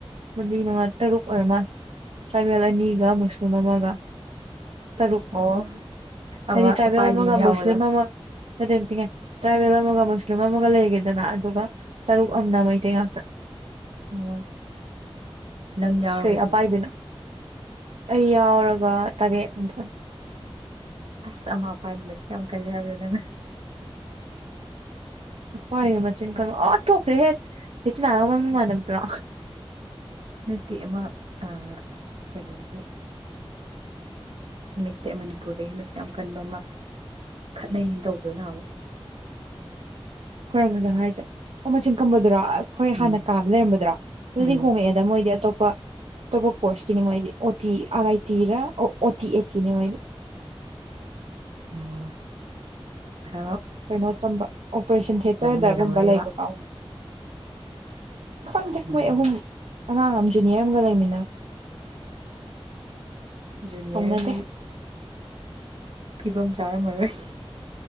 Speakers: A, on the right (about 80°); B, on the right (about 65°).
A: ꯃ ꯃꯉꯥ ꯇꯔꯨꯛ ꯑꯣꯏꯔꯃ ꯇꯔꯥꯕꯦꯜ ꯑꯅꯤꯒ ꯃꯨꯁꯂꯤꯝ ꯁꯃꯃꯒ ꯇꯔꯨꯛ
B: ꯑꯣ ꯑꯃ
A: ꯍꯥꯏꯗꯤ ꯇ꯭ꯔꯥꯏꯕꯦꯜ
B: ꯑꯄꯥꯏꯕꯤ
A: ꯑꯃꯒ
B: ꯑꯃ ꯌꯥꯎꯕꯗꯣ
A: ꯃꯨꯁꯂꯤꯝ ꯑꯃ ꯍꯥꯏꯗꯤꯇꯤꯡꯉꯦ ꯇ꯭ꯔꯥꯏꯕꯦꯜ ꯑꯃꯒ ꯃꯁ ꯃꯣꯒ ꯍꯦꯔꯗ ꯑꯗꯨꯒ ꯇꯔꯨꯛ ꯑꯗ ꯃꯩꯇꯩ ꯉꯥꯛꯇ
B: ꯑꯣ ꯅꯪ ꯌꯥꯎꯔꯒꯗꯤ
A: ꯀꯩ ꯑꯄꯥꯏꯕꯤꯅꯣ ꯑꯩ ꯌꯥꯎꯔꯒ ꯇꯔꯦꯠꯅꯤꯗ
B: ꯑꯁ ꯑꯃꯥ ꯑꯄꯥꯥꯏ ꯃꯆ ꯌꯥꯝ ꯀꯜꯂꯦ ꯍꯥꯏꯕꯗ ꯅꯪ
A: ꯄꯥꯥꯏ ꯃꯆꯤꯟ ꯀꯜꯣ ꯑ ꯊꯣꯛꯈ꯭ꯔꯦ ꯍꯦ ꯆꯦꯆꯤꯅꯥꯒ ꯃꯃꯤꯡ ꯃꯥꯟꯗ꯭ꯔꯣ
B: ꯅꯠꯇꯦ ꯑꯃ ꯑ ꯀꯩꯅꯣꯒꯤ ꯃꯩꯇꯩ ꯃꯅꯤꯄꯨꯔꯗꯒꯤ ꯃꯆ ꯌꯥꯝ ꯀꯟꯕ ꯑꯃ ꯈꯠꯅꯩ ꯇꯧꯗꯨꯅ ꯑꯃꯨꯛ
A: ꯈꯔꯗ ꯍꯥꯏꯁꯦ ꯑꯣ ꯃꯆꯤꯟ ꯀꯝꯕꯗꯨꯔꯣ ꯍꯣꯏ ꯍꯥꯟꯅ
B: ꯎꯝ
A: ꯀꯥꯕ ꯂꯩꯔꯝꯕꯗ꯭ꯔꯣ ꯑꯗꯨꯗꯤ
B: ꯎꯝ
A: ꯍꯣꯡꯉꯛꯑꯦꯗ ꯃꯣꯏꯗꯤ ꯑꯇꯣꯞꯄ <unintelligible> ꯇꯣꯞꯄ ꯀꯣꯔꯁꯀꯤꯅꯦ ꯃꯣꯏꯗꯤ ꯑꯣꯇꯤ ꯑꯥꯔ ꯑꯥꯏ ꯇꯤꯔ ꯑꯣ ꯑꯣꯇꯤ ꯑꯦꯠꯇꯤꯅꯪ ꯃꯣꯏꯗꯤ꯫
B: ꯑꯣ ꯍ
A: ꯀꯩꯅꯣ ꯇꯝꯕ ꯑꯣꯄꯔꯦꯁꯟ ꯊꯦꯇꯔꯗꯒꯨꯝꯕ
B: ꯅꯩꯔꯝꯃꯅꯤ
A: ꯂꯩꯕ
B: ꯃꯥ
A: ꯄꯥ ꯈꯪꯗ
B: ꯑꯣ
A: ꯃꯣꯏ ꯑꯍꯨꯝ ꯑꯉꯥꯡ ꯑꯃ ꯖꯨꯅꯤꯌꯔ ꯑꯃꯒ ꯂꯩꯃꯤꯟꯅ
B: ꯖꯨꯅꯤꯌꯥꯔ
A: ꯀꯧꯅꯗꯦ
B: ꯐꯤꯕꯝ ꯆꯥꯔꯝꯃꯔꯣꯏ